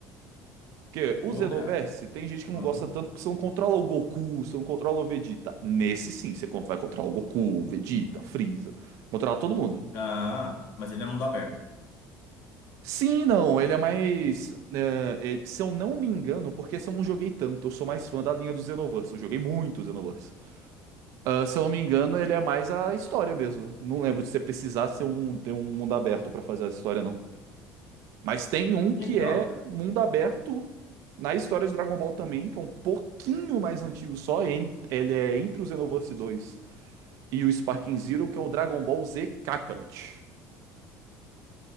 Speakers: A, on the right (about 55°); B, on the left (about 55°).
A: Porque o
B: Pô,
A: Xenoverse,
B: cara.
A: tem gente que não
B: Uhum.
A: gosta tanto porque você não controla o Goku, você não controla o Vegeta. Nesse sim, você con- vai controlar o Goku, o Vegeta, Freeza, controlar todo mundo.
B: Ah, mas ele é mundo aberto.
A: Sim, não, ele é mais. é, ele- se eu não me engano, porque se eu não joguei tanto, eu sou mais fã da linha do Xenoverse, eu joguei muito o Xenoverse. Ah, se eu não me engano, ele é mais a história mesmo. Não lembro de você precisar ser um, ter um mundo aberto pra fazer a história, não. Mas tem um que
B: Legal,
A: é
B: cara.
A: mundo aberto na história de Dragon Ball também, que é um pouquinho mais antigo só. en- Ele é entre o Xenoverse 2 e o Sparking Zero, que é o Dragon Ball Z Kakarot.